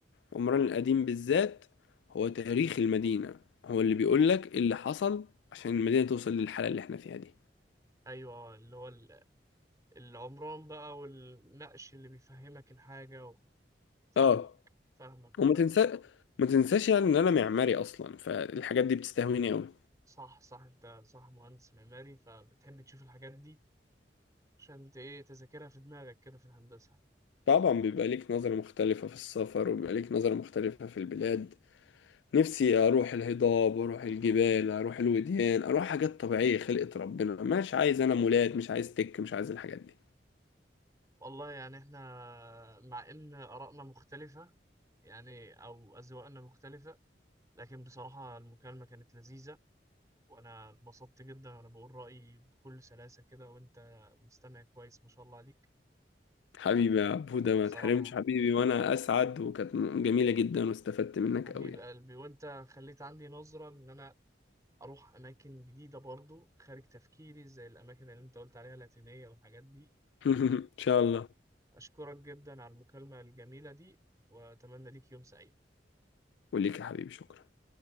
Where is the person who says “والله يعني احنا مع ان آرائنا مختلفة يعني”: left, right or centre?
Right